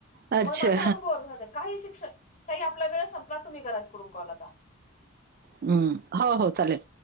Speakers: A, on the right; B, on the left.
A: अच्छा.
B: मग माझ्या अनूभवारून सांगते. काही शिक्षण ताई, आपला वेळ संपला. तुम्ही करा तिकडून कॉल आता
A: हं, हो हो, चालेल.